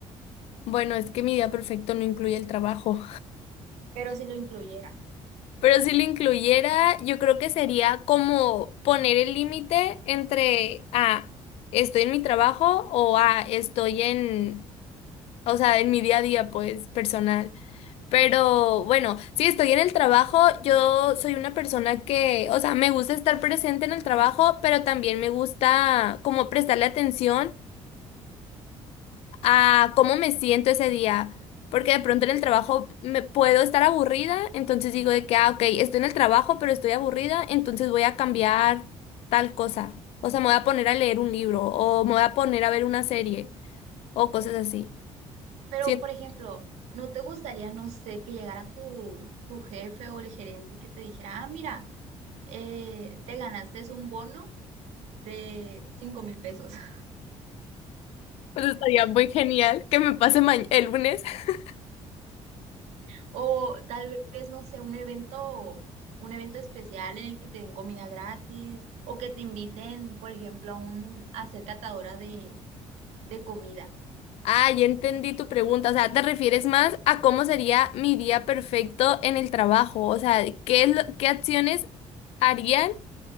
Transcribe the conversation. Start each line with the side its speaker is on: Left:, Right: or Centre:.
Left: Bueno, es que mi día perfecto no incluye el trabajo,
Right: Pero si lo incluyera.
Left: <laughs> pero si lo incluyera, yo creo que sería como poner el límite entre, ah, estoy en mi trabajo o, ah, estoy en, o sea, en mi día a día, pues, personal. Pero bueno, si estoy en el trabajo, yo soy una persona que, o sea, me gusta estar presente en el trabajo, pero también me gusta como prestarle atención. a cómo me siento ese día. Porque de pronto en el trabajo me puedo estar aburrida, entonces digo de que, ah, ok, estoy en el trabajo, pero estoy aburrida, entonces voy a cambiar tal cosa. O sea, me voy a poner a leer un libro, o me voy a poner a ver una serie, o cosas así.
Right: Pero,
Left: Siento
Right: por ejemplo, ¿no te gustaría, no sé, que llegara tu, tu jefe o el gerente que te dijera, ah, mira, eh, te ganaste un bono de cinco mil pesos? <laughs>
Left: pues, estaría muy genial que me pase ma- el lunes. <laughs>
Right: O tal vez, no sé, un evento, un evento especial en el que te den comida gratis o que te inviten, por ejemplo, a un, a ser catadora de de comida.
Left: Ah, ya entendí tu pregunta. O sea, te refieres más a cómo sería mi día perfecto en el trabajo. O sea, ¿qué es lo- qué acciones harían?